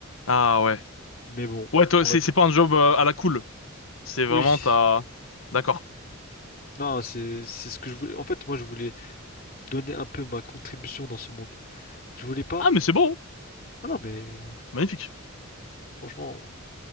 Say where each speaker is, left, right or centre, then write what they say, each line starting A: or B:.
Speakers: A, on the left; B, on the left.
A: Ah ouais.
B: Mais bon,
A: Ouais, toi
B: on
A: c'est
B: va-
A: c'est pas un job euh, à la cool. C'est vraiment
B: oui.
A: ta... D'accord.
B: Non, c'est c'est ce que je voulais. En fait, moi, je voulais donner un peu ma contribution dans ce monde. Je voulais pas.
A: Ah, mais c'est beau, hein.
B: Ah non, mais
A: C'est magnifique.
B: franchement,